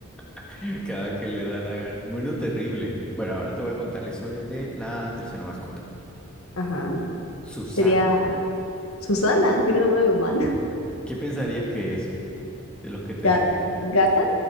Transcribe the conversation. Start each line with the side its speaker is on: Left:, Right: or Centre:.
Centre: <laughs> cada que le da la gana. Bueno, terrible. Bueno, ahora te voy a contar la historia de la tercera mascota,
Left: Ajá,
Centre: Susana.
Left: sería Susana, tiene nombre de humana.
Centre: ¿Qué pensarías que es de los que te
Left: Ga-
Centre: describí?
Left: gata